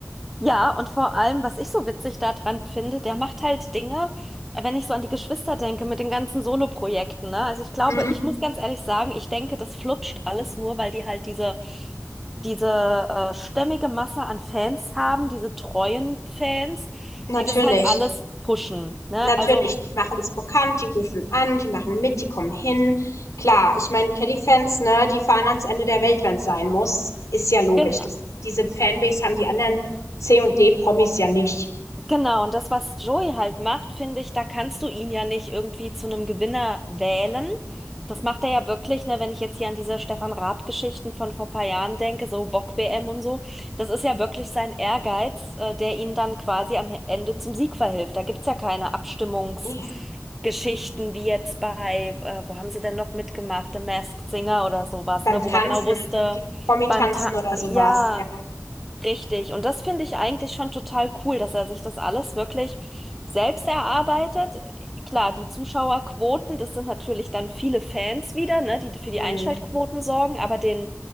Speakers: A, in the centre; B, on the left.
A: Ja, und vor allem, was ich so witzig daran finde, der macht halt Dinge, äh, wenn ich so an die Geschwister denke, mit den ganzen Soloprojekten, ne? Also ich glaube,
B: Mhm.
A: ich muss ganz ehrlich sagen, ich denke, das flutscht alles nur, weil die halt diese, diese äh, stämmige Masse an Fans haben, diese treuen Fans,
B: Natürlich.
A: die das halt alles pushen, ne?
B: Natürlich,
A: Also,
B: die machen es bekannt, die rufen an, die machen mit, die kommen hin. Klar, ich meine, Kelly-Fans, ne, die fahren ans Ende der Welt, wenn es sein muss. Ist ja logisch.
A: genau.
B: Das, diese Fanbase haben die anderen C- und D-Promis ja nicht.
A: Genau, und das, was Joey halt macht, finde ich, da kannst du ihn ja nicht irgendwie zu einem Gewinner wählen. Das macht er ja wirklich, ne, wenn ich jetzt hier an diese Stefan Raab-Geschichten von vor paar Jahren denke, so Wok-WM und so. Das ist ja wirklich sein Ehrgeiz, äh, der ihn dann quasi am Ende zum Sieg verhilft. Da gibt's ja keine Abstimmungsgeschichten
B: Nee.
A: wie jetzt bei, äh, wo haben sie denn noch mitgemacht, The Masked Singer oder sowas,
B: Beim
A: ne,
B: Tanzen,
A: wo man genau wusste,
B: wie Promi-Tanzen
A: beim Ta
B: oder sowas,
A: ja.
B: ja.
A: Richtig. Und das finde ich eigentlich schon total cool, dass er sich das alles wirklich selbst erarbeitet. Klar, die Zuschauerquoten, das sind natürlich dann viele Fans wieder, ne, die für die
B: Hm.
A: Einschaltquoten sorgen, aber den